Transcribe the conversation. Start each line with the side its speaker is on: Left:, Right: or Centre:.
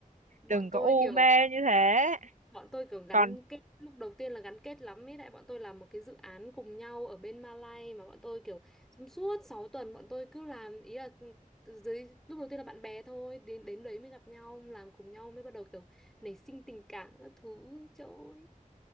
Centre: Bọn
Right: đừng có
Centre: tôi
Right: u
Centre: kiểu
Right: mê như thế
Centre: bọn tôi kiểu gắn
Right: còn
Centre: kết lúc đầu tiên là gắn kết lắm ấy đại bọn tôi làm một cái dự án cùng nhau ở bên Malay mà bọn tôi kiểu trong suốt 6 tuần bọn tôi cứ làm ý là ừ, dưới lúc đầu tiên là bạn bè thôi đến đến đấy mới gặp nhau làm cùng nhau mới bắt đầu kiểu nảy sinh tình cảm các thứ chỗ